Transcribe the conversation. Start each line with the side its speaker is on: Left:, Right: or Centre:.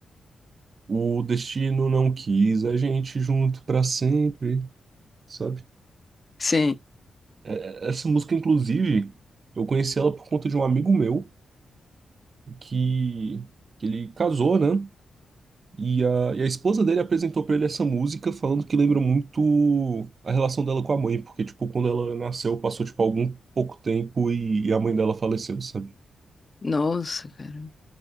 Right: O Destino Não Quis a gente junto pra sempre, sabe?
Left: Sim.
Right: É- é- Essa música, inclusive, eu conheci ela por conta de um amigo meu que, que ele casou, né? E a, e a esposa dele apresentou pra ele essa música falando que lembra muito a relação dela com a mãe, porque, tipo, quando ela nasceu, passou, tipo, algum pouco tempo e, e a mãe dela faleceu, sabe?
Left: Nossa, cara.